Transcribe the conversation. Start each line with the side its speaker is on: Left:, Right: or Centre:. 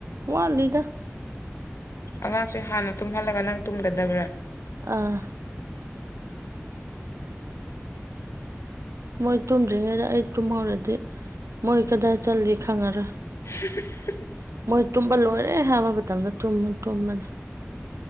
Right: ꯋꯥꯠꯂꯤꯗ
Left: ꯑꯉꯥꯡꯁꯤꯡ ꯍꯥꯟꯅ ꯇꯨꯝꯍꯜꯂꯒ ꯅꯪ ꯇꯨꯝꯒꯗꯕ꯭ꯔꯥ
Right: ꯑꯥ ꯃꯣꯏ ꯇꯨꯝꯗ꯭ꯔꯤꯉꯩꯗ ꯑꯩ ꯇꯨꯝꯍꯧꯔꯗꯤ ꯃꯣꯏ ꯀꯗꯥꯏ ꯆꯜꯂꯤ ꯈꯪꯉꯔꯣꯏ
Left: <unintelligible>
Right: ꯃꯣꯏ ꯇꯨꯝꯕ ꯂꯣꯏꯔꯦ ꯍꯥꯏꯕ ꯃꯇꯝꯗ ꯇꯨꯝꯃ ꯇꯨꯝꯃꯅꯤ